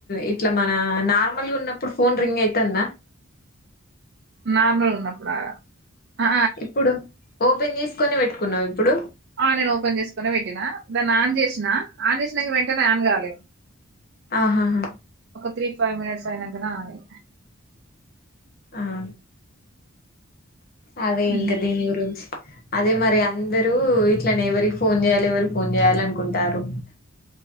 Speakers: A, on the left; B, on the right.
A: ఇట్లా మన నార్మల్ గా ఉన్నప్పుడు ఫోన్ రింగ్ గేతన్న
B: నార్మల్ గా ఉన్నప్పుడా ఆ
A: ఇప్పుడు ఓపెన్ చేసుకోని పెట్టుకున్నావా ఇప్పుడు
B: ఆ నేన్ ఓపెన్ చేసుకుని పెట్టినా దాన్ని ఆన్ చేసినా ఆన్ చేసినాకా వెంటనే ఆన్ కాలే
A: ఆహ హ
B: త్రీ ఫైవ్ మినిట్స్ అయినాకనే ఆన్ అయి
A: ఆహ అదే
B: ఉమ్,
A: ఇంకా దీని గురించి అదే మరి అందరూ ఇట్లనే ఎవరికి ఫోన్ చేయాలి ఎవరి ఫోన్ చేయాలి అనుకుంటారు